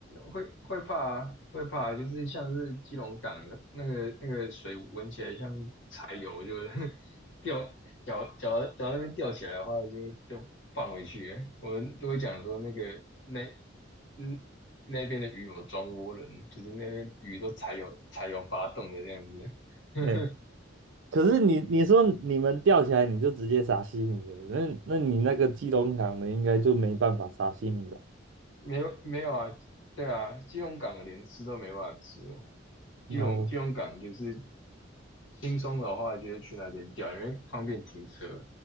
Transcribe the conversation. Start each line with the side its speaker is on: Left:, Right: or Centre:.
Left: 会会怕啊会怕啊就是像是基隆港的那个那个水闻起来像柴油，就是 <laughs> 掉脚脚脚那边吊起来的话就，就放回去了我们都会讲说那个那嗯那边的鱼有装涡轮，就是那边鱼都柴油柴油发动的这样子。<laughs>
Right: 哎，可是你你说你们钓起来你就直接撒西米了，那那你那个基隆港的应该就没办法撒西米吧？
Left: 没有没有啊，对啊，基隆港连吃都没办法吃，基隆基隆港就是
Right: 然后
Left: 轻松的话，就是去那边钓，因为方便停车，